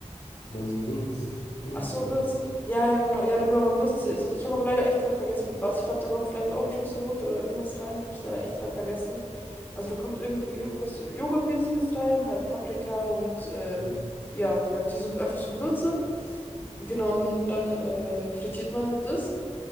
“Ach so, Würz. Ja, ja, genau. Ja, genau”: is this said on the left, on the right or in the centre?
Left